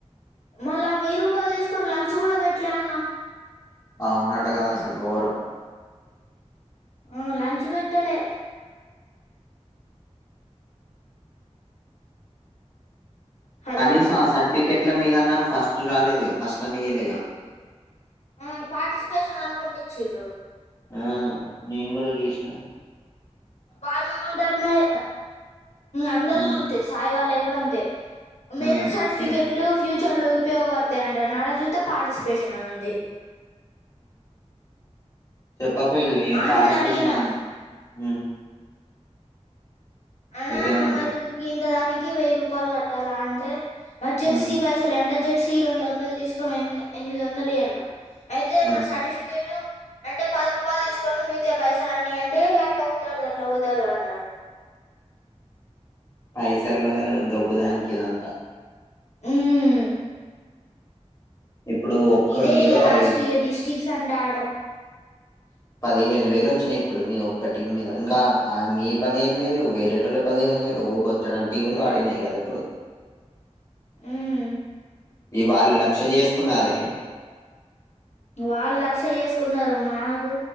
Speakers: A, on the left; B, on the left.
A: మళ్ళ ఆ వెయ్యి రూపాయలు తీసుకొని లంచ్ కూడా పెట్ ఇలాన్నా
B: అవున్నటుగా అసలు ఘోరం
A: ఆ లంచంచ వీటలే హలో
B: కనీసం ఆ సర్టిఫికెట్ల మీదన్నా ఫస్ట్ రాలేదు ఫస్ట్ అని ఇయ్యలేగా
A: ఆ పార్టిసిపేషన్ అనుకుంట ఇచ్చ్రు
B: ఆ నేను కూడా చూసినా
A: వాళ్ళు ఏమండారు మరి అందరిలో
B: హ్మ్.
A: అంతే సాయి వాళ్ళవి కూడా అంతే
B: హ్మ్.
A: మెరిట్ సర్టిఫికెట్లు
B: యా
A: ఫ్యూచర్లు పయోగపడుతా అంటారు నాడ చూస్త పార్టిసిపేషన్ అ ఉంది
B: చెప్పకళ
A: ఆ అన్నని
B: పార్టిసిపేషన్
A: అడిగిన
B: అ
A: అనా
B: అయితే ఏమన్నారు?
A: మరి ఇంత దానికి వెయ్యి రూపాయలు కట్టాలా అంటే మరి జెర్సీ
B: హ్మ్.
A: పైసలు అంటే జెర్సీ రెండు వందలు తీసుకున్నా ఎనిమిది వందలు అన్న అయితే
B: హ్మ్.
A: మన సర్టిఫికేట్ అంటే పది రూపాయలు తీసుకొని మిగితా పైసలు అన్ని అంటే అట్లా కుదరదు అట్లా కుదరదు అంటాడు
B: పైసల్లో దబ్బు దానికి ఇదంతా
A: మ్మ్.
B: ఇప్పుడు ఒక్కరి
A: ఇదే
B: మీద
A: ఇక లాస్ట్
B: ఐదు
A: ఇక డిస్ట్రిక్ట్స్ అంటే ఆడం
B: పదిహేను వేలు వచ్చినాయి ఇప్పుడు మీ ఒక్క టీమ్ మీద ఇంకా మీ పదిహేను వేలు వేరేటోళ పదిహేను వేలు బోచ్చడానికి టీలు ఆడినాయి కదా ఇప్పుడు
A: మ్మ్.
B: ఇవాళ్ళు లక్ష్య చేసుకునాలి
A: వాళ్ళు లక్ష చేసుకున్నారు మాకు